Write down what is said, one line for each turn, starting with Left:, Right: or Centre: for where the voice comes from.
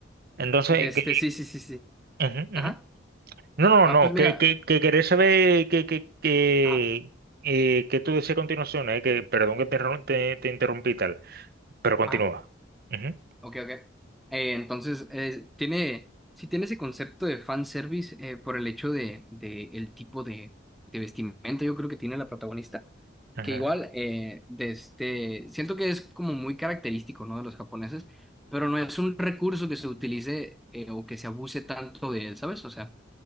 Right: Entonces,
Centre: de este,
Right: que,
Centre: sí, sí, sí, sí,
Right: ujú,
Centre: ajá,
Right: ujú. No,
Centre: ah,
Right: no, no,
Centre: pues mira,
Right: que, que, que querés saber que, que, que,
Centre: ajá,
Right: eh, que tú decías a continuación, eh, que perdón que te, interrum- te, te interrumpí y tal, pero continúa.
Centre: ajá.
Right: Ujú,
Centre: Ok, ok. Eh, entonces, eh, tiene, sí tiene ese concepto de fanservice eh, por el hecho de, de el tipo de, de vestimenta, yo creo que tiene la protagonista,
Right: ajá,
Centre: que igual, eh, de este, siento que es como muy característico, ¿no? de los japoneses, pero no es un recurso que se utilice eh, o que se abuse tanto de él, ¿sabes? O sea,